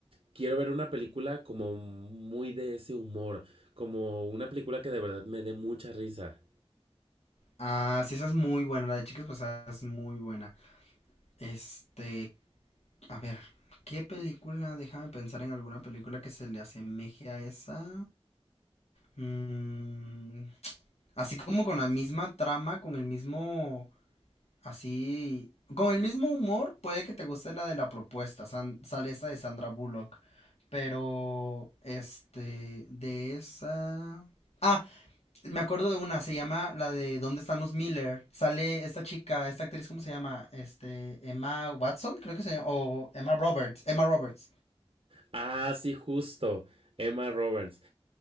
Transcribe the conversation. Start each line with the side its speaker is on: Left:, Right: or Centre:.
Right: quiero ver una película como muy de ese humor, como una película que de verdad me dé mucha risa.
Left: Ah, sí, esa es muy buena. La de Chicas Pasadas es muy buena. Este, a ver, ¿qué película? Déjame pensar en alguna película que se le asemeje a esa. Mm, así como con la misma trama, con el mismo, así, con el mismo humor, puede que te guste la de la propuesta. San- sale esa de Sandra Bullock. Pero, este, de esa... Ah, me acuerdo de una, se llama la de ¿Dónde están los Miller? Sale esta chica, esta actriz, ¿cómo se llama? Este, Emma Watson, creo que se llama, o Emma Roberts, Emma Roberts.
Right: Ah, sí, justo. Emma Roberts.